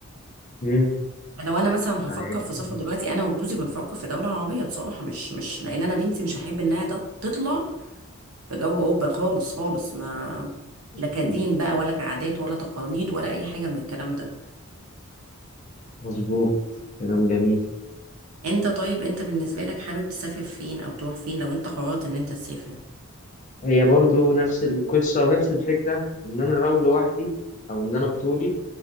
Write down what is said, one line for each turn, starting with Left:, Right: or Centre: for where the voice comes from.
Left: مم.
Right: لو أنا مثلا
Left: طيب.
Right: هفكر في سفر دلوقتي أنا وجوزي بنفكر في دولة عربية بصراحة مش مش لأن أنا بنتي مش هحب إنها تط- تطلع في جو اوروبا خالص خالص ما
Left: أكيد
Right: لا كدين بقى ولا كعادات ولا تقاليد ولا اي حاجه من الكلام ده
Left: مظبوط كلام جميل
Right: انت طيب انت بالنسبه لك حابب تسافر فين او تروح فين لو انت قررت ان انت تسافر
Left: هي برضو نفس القصة ونفس الفكرة إن أنا لو لوحدي أو إن أنا بطولي